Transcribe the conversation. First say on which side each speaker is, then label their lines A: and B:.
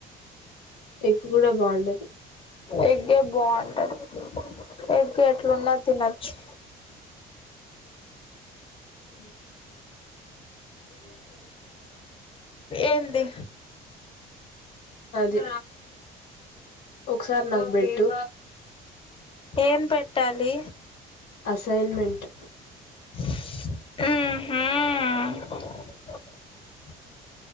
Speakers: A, on the left (about 75°); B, on the left (about 30°).
A: ఎగ్ కూడా బాగుండదు
B: ఎగ్గే బాగుంటది ఎగ్గ ఎట్లున్నా తినొచ్చు
A: హ
B: ఏంది
A: అది ఒకసారి నాకు బెట్టు
B: ఏం పెట్టాలి
A: అసైన్మెంట్
B: ఉంహు